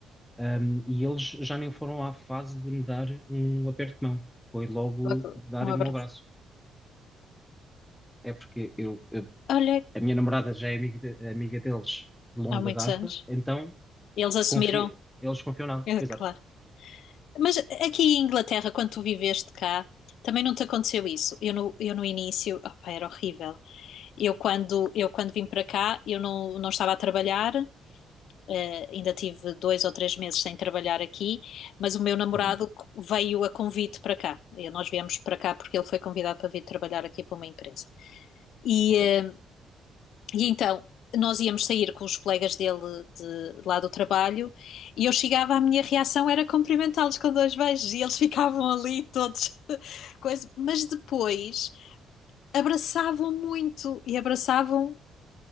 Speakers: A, in the centre; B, on the left.
A: ahm, e eles já nem foram à fase de me dar um aperto de mão. Foi logo
B: Logo
A: darem-me
B: um abraço.
A: um abraço. É porque eu, eu-
B: Olha,
A: a minha namorada já é amiga, de- amiga deles de longa
B: há muitos
A: data,
B: anos.
A: então
B: Eles assumiram,
A: confia, eles confiam nela.
B: é
A: Exato.
B: claro. Mas aqui em Inglaterra, quando tu viveste cá, também não te aconteceu isso? Eu no, eu no início, opá, era horrível. Eu quando, eu quando vim para cá, eu não, não estava a trabalhar, eh, ainda tive dois ou três meses sem trabalhar aqui, mas o meu namorado
A: Uhum,
B: veio a convite para cá. E nós viemos para cá porque ele foi convidado para vir trabalhar aqui para uma empresa. E,
A: ok.
B: eh, e então nós íamos sair com os colegas dele de, de lá do trabalho e eu chegava, a minha reação era cumprimentá-los com dois beijos e eles <laughs> ficavam ali todos, <laughs> coisa, mas depois abraçavam muito e abraçavam